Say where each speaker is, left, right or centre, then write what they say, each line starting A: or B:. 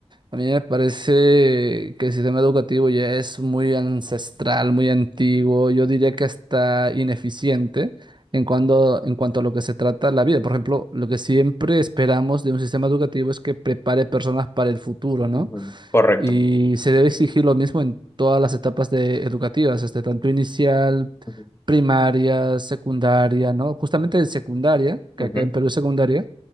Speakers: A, on the right (about 40°); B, on the left (about 20°).
A: a mí me parece que el sistema educativo ya es muy ancestral, muy antiguo, yo diría que hasta ineficiente en cuando, en cuanto a lo que se trata la vida. Por ejemplo, lo que siempre esperamos de un sistema educativo es que prepare personas para el futuro, ¿no?
B: Ujú, Correcto.
A: Y se debe exigir lo mismo en todas las etapas de- educativas, este, tanto inicial,
B: ujú,
A: primaria, secundaria, ¿no? Justamente en secundaria, que
B: Ujú,
A: acá en Perú es secundaria,